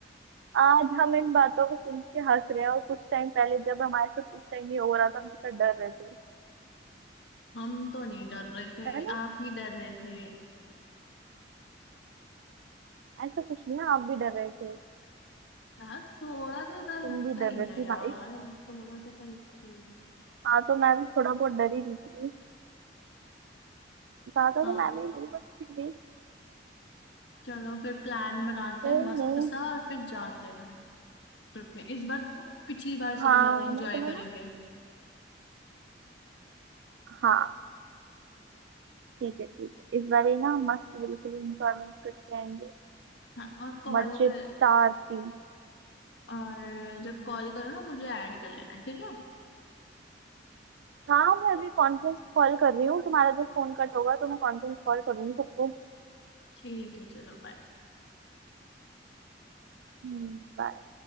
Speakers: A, on the right (about 70°); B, on the left (about 70°).
A: आज हम इन बातों को सुन के हंस रहे हैं और कुछ टाइम पहले जब हमारे साथ इस टाइम ये हो रहा था हम कितना डर रहे थे
B: <laughs> हम तो नहीं डर रहे थे
A: है ना
B: आप ही डर रहे थे
A: ऐसा कुछ नहीं है आप भी डर रहे थे
B: ना थोड़ा तो डर लगता
A: तुम भी डर
B: ही
A: रहे
B: है
A: थे
B: यार
A: भाई
B: थोड़ा तो डर लगता ही है
A: हाँ तो मैं भी थोड़ा बहुत डरी रही थी ज्यादा
B: हाँ
A: तो मैं भी नहीं डरी बट फिर भी
B: चलो फिर प्लान बनाते
A: कोई
B: हैं मस्त
A: नहीं
B: सा और फिर जाते हैं ट्रिप में इस बार तो पिछली बार
A: हाँ
B: से भी ज्यादा एंजॉय
A: मैं तुम्हें
B: करेंगे
A: ना हाँ ठीक है ठीक है इस बार ये ना मस्त बिल्कुल इंजॉयमेंट करके आएंगे
B: हाँ और कॉल
A: मजेदार
B: कर
A: थी
B: और जब कॉल करो ना मुझे ऐड कर लेना ठीक है
A: हाँ मैं अभी कॉन्फ्रेंस कॉल कर रही हूँ तुम्हारा जब फोन कट होगा तो मैं कॉन्फ्रेंस कॉल करूंगी सबको
B: ठीक है चलो बाय
A: बाय